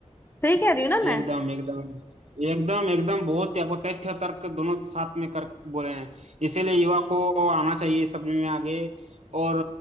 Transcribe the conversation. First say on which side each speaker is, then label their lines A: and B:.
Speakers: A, on the left (about 15°); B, on the right (about 65°).
A: सही कह रही हूँ ना मैं
B: एकदम एकदम एकदम एकदम बहुत देखो तथ्य तर्क दोनों साथ में कर बोले हैं इसीलिए युवा को आना चाहिए सब में आगे और